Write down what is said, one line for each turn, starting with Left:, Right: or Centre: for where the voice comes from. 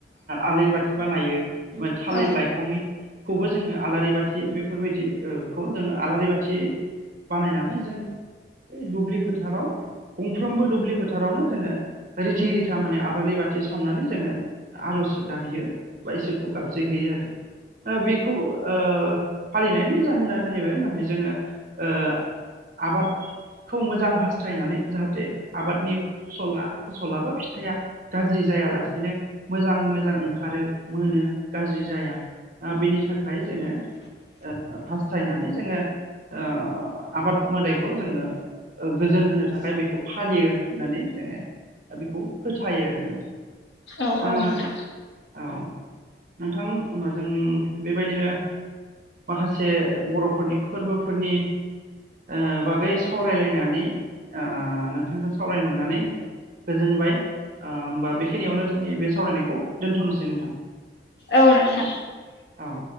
Right: आलारि बाथि बानायो थालिर
Left: औ
Right: लाइखंनि -खौबो जोङो आलारि बाथि बेफोरबायदि -खौ जोङो आलारि बाथि बानायनानै जों दुब्लि फोथाराव गंफ्रोमबो दुब्लि फोथारावनो जोङो रिथि रिथा माने आलारि बाथि सावनानै जोङो आरज गाबहैयो बा इसोरखौ गाबज्रिहैयो बेखौ आ फालिनाय -नि जाहोना जाहैबाय माने जोङो ओ आबादखौ मोजां हास्थायनानै जाहाथे आबादनि फसला फसलाबा फिथाइआ गाज्रि जायालासेनो मोजाङै मोजां ओंखारो मोनो गाज्रि जाया ओ बेनि थाखाय जोङो ओ हास्थायनानै जोङो ओ आबाद मोदायखौ जोङो गोजोन होनो थाखाय बेखौ फालियो होननानै जोङो दा बेखौ फोथायो आरो नोंथां
Left: औ-औ
Right: ओ
Left: नोंथां
Right: औ नोंथां होमबा जों बेबायदिनो माखासे बर'फोरनि फोरबोफोरनि ओ बागै सावरायलायनानै ओ नोंथांजों सावरायनो मोननानै गोजोनबाय ओ होमबा बेखिनियावनो जोंनि बे सावरायनायखौ दोन्थ'नोसै नोंथां
Left: औ नोंथां
Right: औ